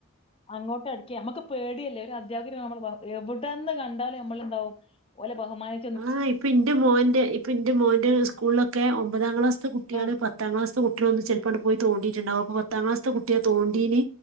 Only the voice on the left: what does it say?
അങ്ങോട്ടടിക്ക, നമ്മുക്ക് പേടിയല്ലേ ഒരു അധ്യാപകര് നമ്മള് എവിടെന്ന് കണ്ടാലും നമ്മളുണ്ടാവും ഓലെ ബഹുമാനി
ആ